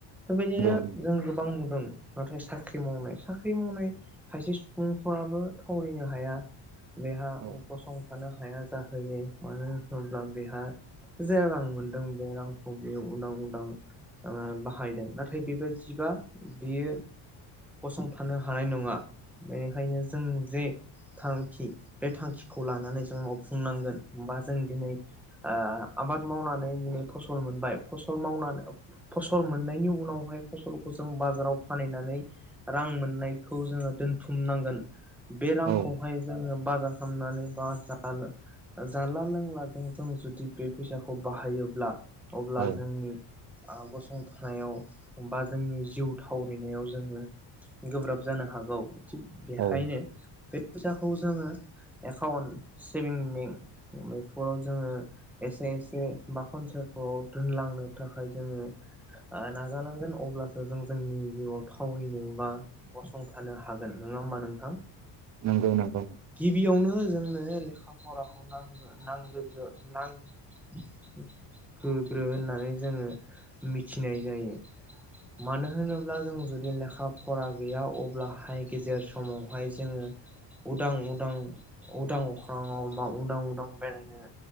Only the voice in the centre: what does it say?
बेबायदिनो
जों गोबां नुदों नाथाय साख्रि मावनाय साख्रि मावनाय खायसे सुबुंफोराबो थावरिनो हाया बेहा
गसंफानो हाया जा हैयो मानो होनोब्ला बेहा जे रां मोनदों बे रांखौ बियो उदां उदां ओ बाहायदों नाथाय बेबायदिबा बियो गसंथानो हानाय नङा बेनिखायनो जों जे थांखि बे थांखिखौ लानानै जों मावफुं खुंनांगोन हबा जों दिनै ओ आबाद मावनानै दिनै फसल मोनबाय फसल मावनानै फसल मोननायनि उनावहाय फसलखौ जों बाजाराव फानहनानै रां मोननायखौ जोङो दोनथुमनांगोन बे रांखौहाय
जोङो बाजार थामनानै बा जालो जानला लोंलाजों जों जुदि बे फैसाखौ बाहायोब्ला अब्ला
जोंनि ओ गसंथानायाव बा जोंनि जिउ थावरिनायाव जोङो गोब्राब जानो हागौ थिग बेखायनो
फैसाखौ जोङो एकाउन्ट सेभिं बेंक बेफोराव जोङो एसे एसे बा खनसायफोराव दोनलांनो थाखाय जोङो ओ नाजानांगोन अब्लासो जों जोंनि जिउआव थावैनो बा गसंथानो हागोन नङा होमबा नोंथां
गिबियावनो जोंनोे लेखा लेखा फराखौ नांगोगोग्रो होननानै जोङो मिथिनाय जायो मानो होनोब्ला जों जुदि लेखा फरा गैया अब्लाहाय गेजेर समावहाय जोङो उदां उदां उदां अखा फ्राङाव बा उदां उदां बेरायनो